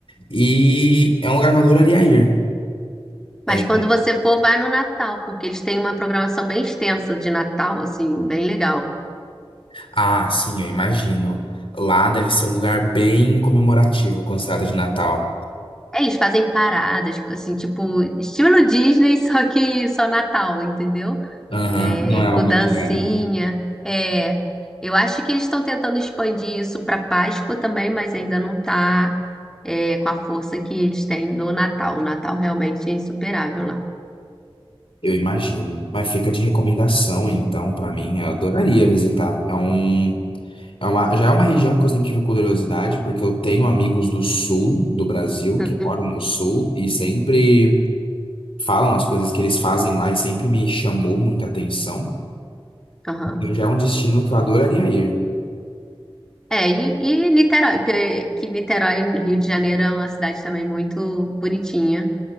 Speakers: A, on the left; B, in the centre.
A: e é um lugar que eu adoraria ir.
B: Mas
A: É,
B: quando você for, vai no Natal, porque eles têm uma programação bem extensa de Natal, assim, bem legal.
A: Ah, sim, eu imagino. Lá deve ser um lugar bem comemorativo quando se trata de Natal.
B: É, Eles fazem paradas, assim, tipo, estilo Disney, só que só Natal, entendeu?
A: Aham,
B: É,
A: não é algo
B: com dancinha.
A: diário,
B: É, eu acho que eles estão tentando expandir isso para Páscoa também, mas ainda não tá, é, com a força que eles têm do Natal. O Natal realmente é insuperável
A: eu imagino. Mas fica de recomendação, então, pra mim, eu adoraria visitar. É um, é uma, já é uma região que eu sempre tive curiosidade, porque eu tenho amigos do sul do Brasil
B: lá.
A: que moram no sul e sempre. falam as coisas que eles fazem lá e sempre me chamou muita atenção.
B: Aham.
A: Então já é um destino que eu adoraria ir.
B: É, e, e Niterói, porque que Niterói, no Rio de Janeiro, é uma cidade também muito bonitinha.